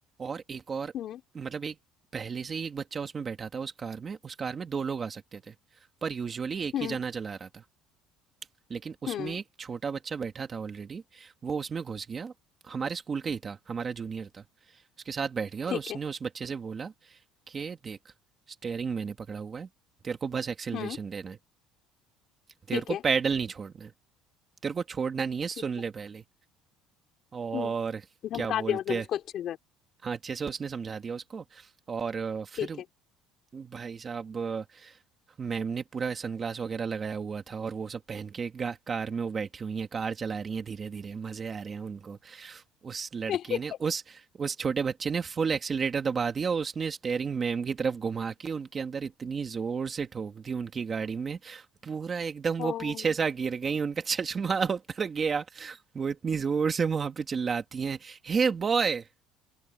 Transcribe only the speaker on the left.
हम्म
हम्म
हम्म
ठीक
है
हम्म
ठीक
है
ठीक है
हम्म धमका
दिया
मतलब उसको
अच्छे से
ठीक है
<laughs>
हाँ